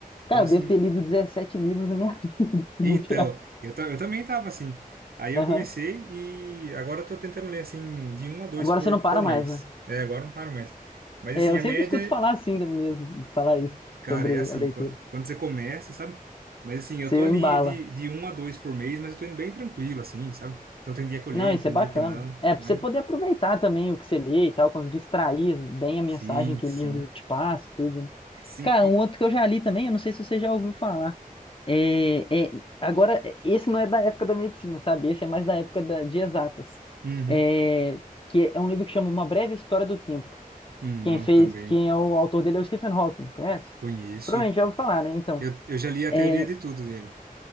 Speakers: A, on the left; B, on the right.
A: Cara,
B: Então, assim,
A: eu devo ter lido 17 livros na minha <laughs> vida. se
B: então,
A: bobear.
B: eu, ta- eu também tava assim. Aí
A: Aham,
B: eu comecei e agora eu tô tentando ler, assim, de um a dois
A: agora
B: por,
A: você não para
B: por
A: mais,
B: mês.
A: né?
B: É, agora não paro mais. Mas,
A: É,
B: assim,
A: eu
B: a
A: sempre
B: média
A: escuto falar assim do mesmo, falar isso,
B: Cara,
A: sobre
B: é assim,
A: a leitura.
B: quan- quando você começa, sabe? Mas assim, eu
A: Você
B: tô ali
A: embala.
B: de, de um a dois por mês, mas eu tô indo bem tranquilo, assim, sabe? Então tem dia que eu
A: Não,
B: leio,
A: isso
B: tem
A: é bacana.
B: dia que não,
A: É, pra
B: mas
A: você poder aproveitar também o que você lê e tal, conseguir extrair bem a
B: sim,
A: mensagem que
B: sim,
A: o livro te passa, e tudo, né?
B: sim,
A: Cara,
B: e...
A: um outro que eu já li também, eu não sei se você já ouviu falar. É, é, agora, é, esse não é da época da medicina, sabe? Esse é mais da época da- de exatas.
B: Uhum.
A: É, que é um livro que chama Uma Breve História do Tempo.
B: Hum,
A: Quem
B: Não,
A: fez,
B: também
A: quem é o autor dele é o Stephen Hawking, conhece?
B: conheço.
A: Provavelmente já ouviu falar, né? Então,
B: Eu, eu já li a
A: é,
B: teoria de tudo dele.